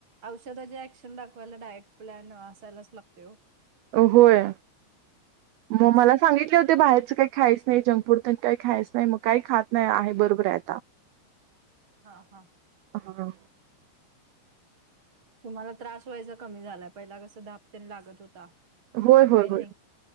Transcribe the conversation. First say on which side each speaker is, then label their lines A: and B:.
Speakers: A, on the right; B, on the right.
A: औषधाचे ऍक्शन दाखवायला डाएट प्लॅन असायलाच लागतोय ओ-
B: होय
A: तेच
B: मग मला सांगितले होते बाहेरच काय- खायच नाही जंक फूड तेन काही खायच नाही मग काय खात नाही आहे बरोबर आहे.
A: हा हा
B: <inaudible> हम-
A: तुम्हाला त्रास व्हायचा कमी झालाय पहिला कसं धापतेन लागत होता. आता
B: होय होय
A: काय नाही.
B: होय